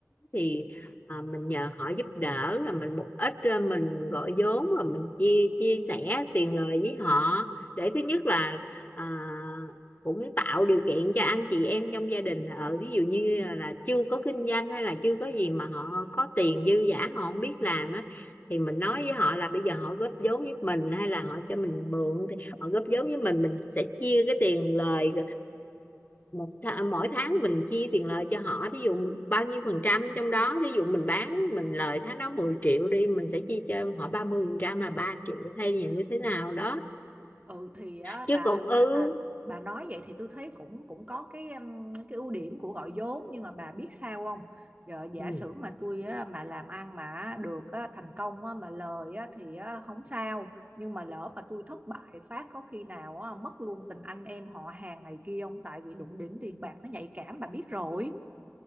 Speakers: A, on the left (about 35°); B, on the right (about 30°).
A: thì à, mình nhờ họ giúp đỡ là mình một ít à, mình gọi vốn rồi mình chia chia sẻ tiền lời với họ để thứ nhất là à, cũng tạo điều kiện cho anh chị em trong gia đình ở ví dụ như là là chưa có kinh doanh hay là chưa có gì mà họ có tiền dư dả họ không biết làm á thì mình nói với họ là bây giờ họ góp vốn với mình hay là họ cho mình mượn họ góp vốn với mình mình sẽ chia cái tiền lời một th mỗi tháng mình chia tiền lời cho họ thí dụ bao nhiêu phần trăm trong đó thí dụ mình bán mình lời tháng đó 10 triệu đi mình sẽ chia cho họ 30 phần trăm là 3 triệu hay là như thế nào đó
B: ừ thì á
A: chứ
B: bà
A: còn ư
B: bà bà bà nói vậy thì tôi thấy cũng cũng có cái um, cái ưu điểm của gọi vốn nhưng mà bà biết sao không giờ giả
A: ừ,
B: sử mà tôi á, mà làm ăn mà được á, thành công á, mà lời á, thì á, không sao nhưng mà lỡ mà tôi thất bại phát có khi nào á, mất luôn tình anh em họ hàng này kia không tại vì đụng đến tiền bạc nó nhạy cảm bà biết rồi